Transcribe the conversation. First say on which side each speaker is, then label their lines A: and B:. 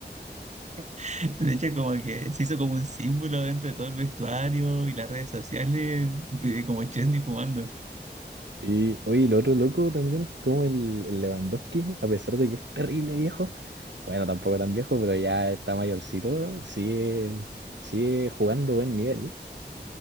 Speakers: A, on the right (about 40°); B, on the right (about 80°).
A: <laughs> De hecho, como que se hizo como un símbolo dentro de todo el vestuario y las redes sociales, de como Chesney fumando.
B: Sí, oye, y lo otro loco también es como el, el Lewandowski, a pesar de que es terrible viejo, bueno, tampoco tan viejo, pero ya está mayorcito, sigue, sigue jugando buen nivel.